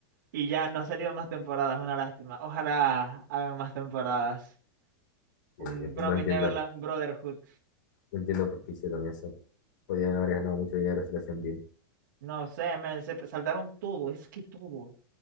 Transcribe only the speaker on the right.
y ya no ha salido más temporadas, una lástima. Ojalá hagan más temporadas. Un
Promise
Neverland Brotherhood.
No sé, men, se saltaron todo, es que todo.